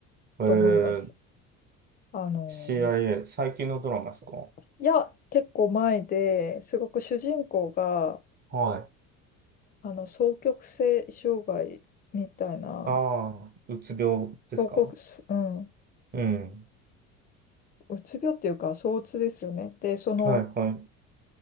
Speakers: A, on the right; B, on the left.
A: えー、
B: と思います。あの、
A: CIA、最近のドラマですか
B: いや、結構前ですごく主人公が
A: はい。
B: あの双極性障害みたいな、
A: ああ、うつ病ですか
B: 双極、うん、
A: うん。
B: うつ病っていうか、躁うつですよね。で、その、
A: はい、は